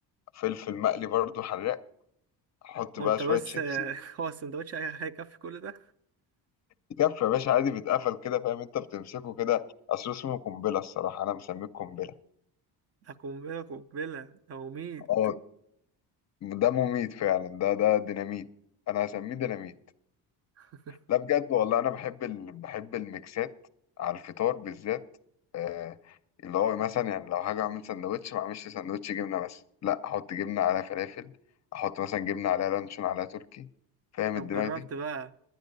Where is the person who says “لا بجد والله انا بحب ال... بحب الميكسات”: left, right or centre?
Left